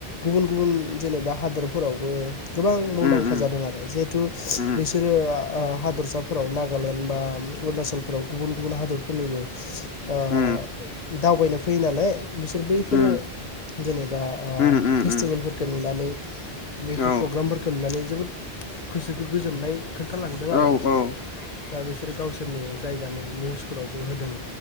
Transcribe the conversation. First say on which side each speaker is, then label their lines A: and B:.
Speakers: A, on the left (about 40°); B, on the left (about 75°).
A: गुबुन गुबुन जेनेबा हादोरफोरावबो। गोबां मुंदांखा
B: उम उम
A: जादों आरो जिहेथु
B: उम
A: बिसोरो ओ ओ हादरसाफोराव नागालेण्ड बा अरुणाचलफोराव गुबुन गुबुन हादरफोरनिबो। ओ।
B: उम
A: दावबायनो फैयो नालाय। बिसोर बैफोरो
B: उम
A: जेनेबा ओ
B: उम उम
A: पेच
B: उम
A: फोरखो नुनानै बेफोर
B: औ
A: प्रग्रामफोरखो नुनानै जोबोद गोसोखौ गोजोननाय खोन्थालांदों आरो
B: औ
A: बिसोरबो
B: औ
A: बा बिसोर गावसोरनि जायगानि निउसफोरावबो होदों